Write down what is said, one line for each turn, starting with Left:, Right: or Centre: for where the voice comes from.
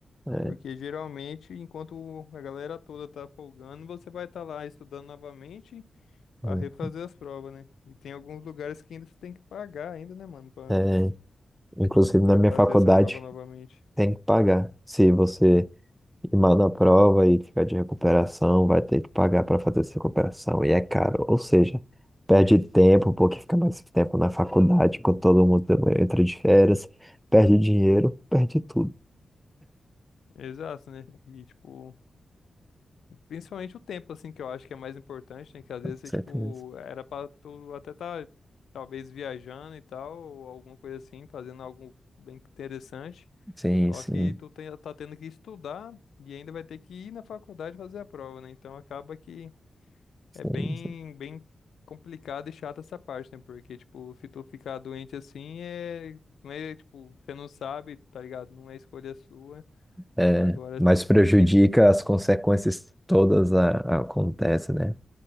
Centre: É,
Left: Porque geralmente, enquanto a galera toda tá folgando, você vai estar lá estudando novamente para
Centre: hum,
Left: refazer as provas, né? E tem alguns lugares que ainda você tem que pagar ainda, né, mano, para
Centre: é, inclusive na minha
Left: fazer
Centre: faculdade
Left: essa prova novamente.
Centre: tem que pagar. Se você E mal na prova e ficar de recuperação, vai ter que pagar para fazer essa recuperação. E é caro. Ou seja, perde tempo, porque fica mais tempo na faculdade, quando todo mundo entra de férias, perde dinheiro, perde tudo.
Left: Exato, né? E tipo. Principalmente o tempo, assim, que eu acho que é mais importante, né? Que às
Centre: Com
Left: vezes você,
Centre: certeza.
Left: tipo, era pra tu até tá, talvez, viajando e tal, ou alguma coisa assim, fazendo algo bem interessante.
Centre: Sim,
Left: Só
Centre: sim,
Left: que tu tem, tá tendo que estudar e ainda vai ter que ir na faculdade fazer a prova, né? Então acaba que
Centre: sim,
Left: é bem,
Centre: sim.
Left: bem complicado e chato essa parte, né? Porque, tipo, se tu ficar doente assim, é, não é, tipo, você não sabe, tá ligado? Não é escolha sua.
Centre: É,
Left: Agora
Centre: mas
Left: se
Centre: prejudica as consequências todas a, acontecem, né?